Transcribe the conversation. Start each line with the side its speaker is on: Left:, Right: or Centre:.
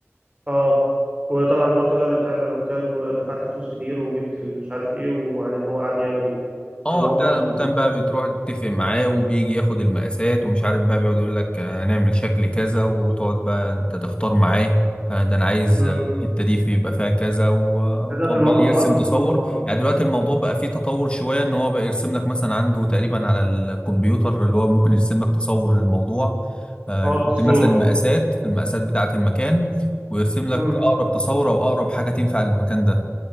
Right: اه وطبعا رحت بقى بتاع الالوميتال ودفعت فلوس كتير وجبت ال- مش عارف ايه وبعدين هو قعد يعمل
Left: اه
Right: المطبخ
Left: بتاع العمودان
Right: و...
Left: بقى بتروح تتفق معاه وبيجي ياخد المقاسات ومش عارف بقى بيقعد يقول لك آه، هنعمل شكل كذا وتقعد بقى انت تختار معاه آه، ده انا عايز
Right: مم.
Left: آه، الحته دي في يبقى فيها كذا و- وتقعد
Right: ده في المطبخ
Left: بقى يرسم
Right: لوحده بتاخد
Left: تصور
Right: مشوار بقى
Left: يعني دلوقتي الموضوع بقى فيه تطور شويه ان هو بقى يرسم لك مثلا عنده تقريبا على الكمبيوتر اللي هو ممكن يرسم لك تصور للموضوع آه،
Right: اه
Left: يحط
Right: التصميم
Left: مثلا
Right: اه
Left: المقاسات المقاسات بتاعه المكان ويرسم لك
Right: مم.
Left: اقرب تصور او اقرب حاجه تنفع للمكان ده